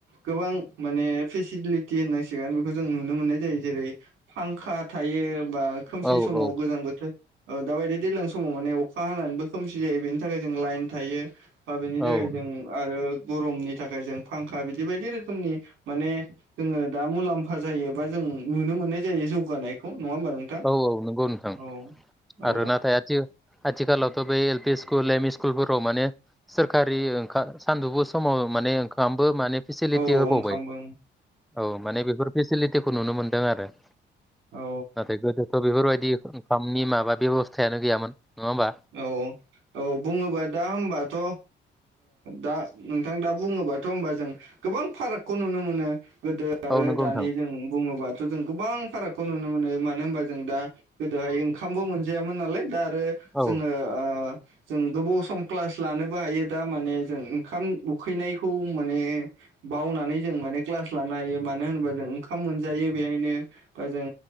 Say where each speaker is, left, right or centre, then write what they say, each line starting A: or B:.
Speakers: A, on the right (about 80°); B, in the centre.
A: गोबां माने फेसिलिटि होननांसिगोन बेखौ जों नुनो मोननाय जायो जेरै फांखा थायो बा खोमसि
B: औ
A: समाव
B: औ
A: गोजां बोथोर औ दाबायदि दैज्लां समाव माने अखा हानानैबो खोमसि जायो बेनि थाखाय जों लाइन थायो बा बेनि जाय
B: औ
A: जों आरो गरमनि थाखाय जों फांखा बिदि बायदि रोखोमनि माने जोङो दा मुलाम्फा जायोबा जों नुनो मोननाय जायो जौगानायखौ नङा होमबा नोंथां?
B: औ औ नंगौ नोंथां
A: औ औ
B: आरो नाथाय आथि आथिखालावथ' बे एल पि स्कुल एमइ स्कुलफोराव माने सोरखारि ओं सानदुंफु समाव माने फ्रामबो माने फेसिलिटि
A: औ
B: होबावबाय
A: ओंखामबो
B: औ माने बेफोर फेसिलिटि टिखौ नुनो मोन्दों आरो
A: औ
B: नाथाय गोदोथ' बेफोरबायदि नि माबा बेब'स्थायानो गैयामोन नङा होमबा
A: औ औ बुङोबा दा हबाथ' दा नोंथां दा बुङोबाथ' होनबा जों गोबां फारागखौ नुनो मोनो गोदो आरो
B: औ नंगौ
A: दानि
B: नोंथां
A: जों बुङोब्ला थ' जों गोबां फारागखौ नुनो मोनो मानो होनबा जों दा गोदोहाय ओंखामबो मोनजायामोन नालाय दा आरो जोङो
B: औ
A: ओ जों गोबाव सम क्लास लानोबो हायो दा माने जों ओंखाम उखैनायखौ माने बावनानै जों माने क्लास लानो हायो मानो होनोबा जों ओंखाम मोनजायो बेहायनो बा जों